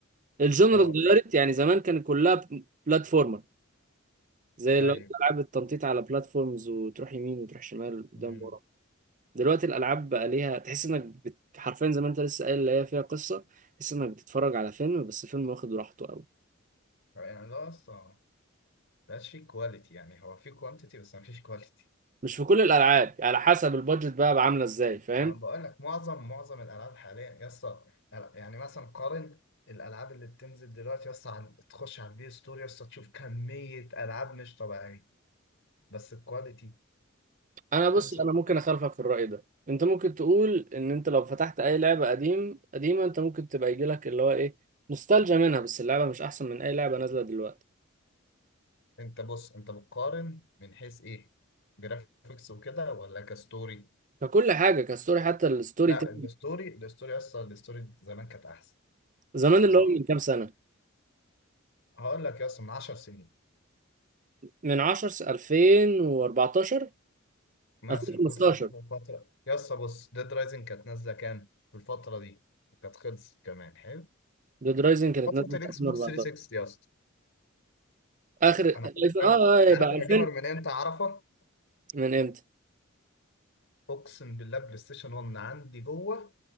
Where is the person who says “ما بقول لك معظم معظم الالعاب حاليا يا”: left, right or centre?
Left